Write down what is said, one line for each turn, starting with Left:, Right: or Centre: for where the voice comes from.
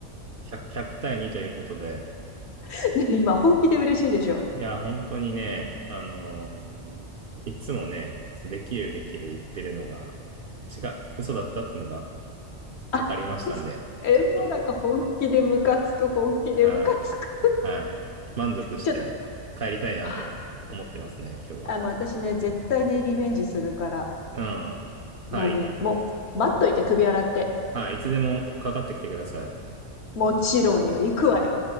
Right: 1 0 100対2ということで、
Left: <laughs> ね今、本気で嬉しいでしょ。
Right: いや、本当にね、あのーいつもね、そう、できるできる言ってるのが、違う、嘘だったっていうのが
Left: あ、
Right: 分かりましたんで、
Left: <laughs> え、
Right: ちょっと、
Left: もうなんか本気でムカつく、本気でムカつく。
Right: はい、はい、満足して帰りたいなと思ってますね、
Left: ちょっと、あ、
Right: 今日は。
Left: あ、もう私ね、絶対ね、リベンジするから、
Right: うん。はい、
Left: もうね、もう、待っといて、首洗って。
Right: はい、いつでもかかってきてください。
Left: もちろんよ、行くわよ。